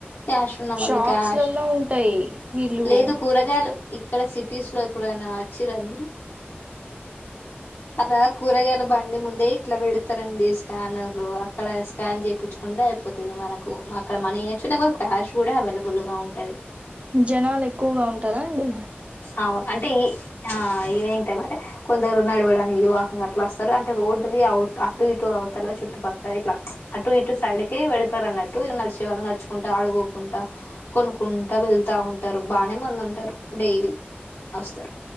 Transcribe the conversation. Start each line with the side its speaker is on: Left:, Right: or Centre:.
Left: క్యాష్ ఉన్నా వాళ్ళు
Right: షాప్స్లలో
Left: క్యాష్
Right: ఉంటాయి వీళ్ళు
Left: లేదు కూరగాయలు ఇక్కడ సిటీస్ లో ఎప్పుడైనా వచ్చిర్రా మీరు అలా కూరగాయల బండి ముందే ఇట్లా వెడ్తారండి స్కానర్లు అక్కడ స్కాన్ జేపిచ్చుకుంటే అయిపోతది మనకు అక్కడ మనీ ఇయ్యచ్చు లేపోతే క్యాష్ కూడా అవెలేబుల్ గా ఉంటది
Right: జనాలు ఎక్కువగా ఉంటరాండి
Left: ఆవు అంటే ఈ ఆ ఈవినింగ్ టైమ్ అంటే కొందరు నడవడానికి వాకింగ్ అట్లస్తరు అంటే రోడ్డు అవ్ట్ అటు ఇటు అవుతల చుట్టుపక్కల ఇట్లా అటు ఇటు సైడ్కి వెడ్తారన్నట్టు నడిచే వాళ్ళు నడుచుకుంట ఆడుగోకుంటా కొనుక్కుంటా వెళ్తా ఉంటారు బానే మంది ఉంటరు డైలీ వస్తరు